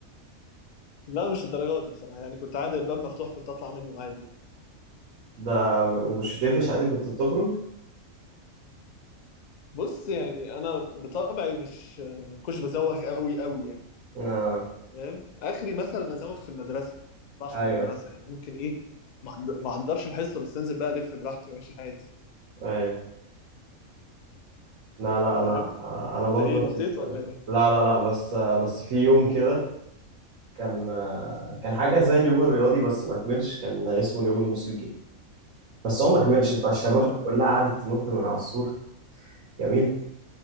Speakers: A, on the left; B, on the right.
A: لا مش الدرجه دي بصراحه يعني كنت عادي الباب مفتوح كنت اطلع منه عادي
B: ده مش بتقفش عادي كنت بتخرج؟
A: بص يعني انا بطبعي مش ما كنتش بزوغ قوي قوي يعني
B: آه.
A: فاهم اخري مثلا ازوغ في المدرسه ما اطلعش
B: ايوه
A: من المدرسه يعني ممكن ايه ما أحض- ما احضرش الحصه بس انزل بقى الف براحتي واعيش حياتي
B: ايوه لا لا انا
A: فاهم
B: انا برضه
A: انت ايه نطيت
B: نفس الكلام
A: ولا ايه؟
B: لا لا لا بس بس في يوم كده كان كان حاجة زي اليوم الرياضي بس ما كملش كان اسمه اليوم الموسيقي بس هو ما كملش فالشباب
A: آه.
B: بقى كلها قعدت تنط من على السور جميل